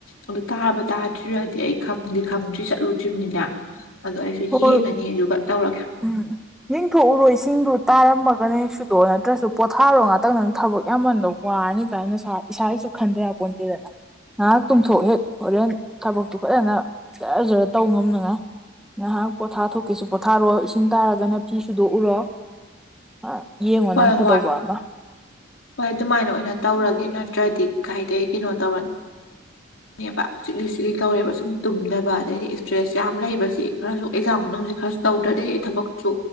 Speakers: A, on the left (about 90°); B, in the centre.
A: ꯑꯗꯨ ꯇꯥꯕ ꯇꯥꯗ꯭ꯔꯤꯔꯗꯤ ꯑꯩ ꯈꯪ ꯈꯪꯗꯤ ꯈꯪꯗ꯭ꯔꯤ ꯆꯠꯂꯨꯗ꯭ꯔꯤꯝꯅꯤꯅ ꯑꯗꯣ ꯑꯩꯁꯨ
B: ꯍꯣꯏ
A: ꯌꯦꯡꯉꯅꯤ ꯑꯗꯨꯒ ꯇꯧꯔꯒꯦ
B: ꯎꯝ ꯌꯦꯡꯊꯣꯛꯎꯔꯣ ꯏꯁꯤꯡꯗꯨ ꯇꯥꯔꯝꯃꯒꯅ ꯍꯦꯛ ꯁꯨꯗꯣꯛꯑꯣ ꯅꯠꯇ꯭ꯔꯁꯨ ꯄꯣꯠꯊꯥꯔꯣ ꯉꯥꯛꯇꯪ ꯅꯪ ꯊꯕꯛ ꯌꯥꯝꯃꯟꯗꯧ ꯋꯥꯅꯤ ꯀꯥꯏ ꯅꯁꯥ ꯏꯁꯥꯒꯤꯁꯨ ꯈꯟꯗ ꯌꯥꯄꯣꯟꯇꯦꯗꯅ ꯉꯥꯏꯍꯥꯛ ꯇꯨꯝꯊꯣꯛ ꯍꯦꯛ ꯍꯣꯔꯦꯟ ꯊꯕꯛꯇꯨ ꯐꯖꯅ ꯖꯔꯖꯔ ꯇꯧ ꯉꯝꯅꯉꯥꯏ ꯅꯍꯥꯛ ꯄꯣꯊꯥ ꯊꯣꯛꯀꯦꯁꯨ ꯄꯣꯊꯥꯔꯣ ꯏꯁꯤꯡ ꯇꯥꯔꯒꯅ ꯐꯤ ꯁꯨꯗꯣꯛꯎꯔꯣ ꯑꯥ ꯌꯦꯡꯉꯣ
A: ꯍꯣꯏ
B: ꯅꯪ ꯐꯗꯧꯕ
A: ꯍꯣꯏ
B: ꯑꯃ
A: ꯍꯣꯏ ꯑꯗꯨꯃꯥꯏꯅ ꯑꯣꯏꯅ ꯇꯧꯔꯒꯦ ꯅꯠꯇ꯭ꯔꯗꯤ ꯀꯥꯏꯗꯩ ꯀꯩꯅꯣ ꯇꯧꯔꯅꯤ ꯅꯦꯕ ꯆꯤꯛꯂꯤ ꯆꯤꯛꯂꯤ ꯇꯧꯔꯦꯕ ꯁꯨꯝ ꯇꯨꯝꯗꯕ ꯑꯗꯩꯗꯤ ꯏꯁꯇ꯭ꯔꯦꯁ ꯌꯥꯝ ꯂꯩꯕꯁꯤ ꯈꯔꯁꯨ ꯑꯦꯛꯖꯥꯝ ꯃꯅꯨꯡꯁꯤ ꯈꯔ ꯇꯧꯗ꯭ꯔꯗꯤ ꯊꯕꯛꯁꯨ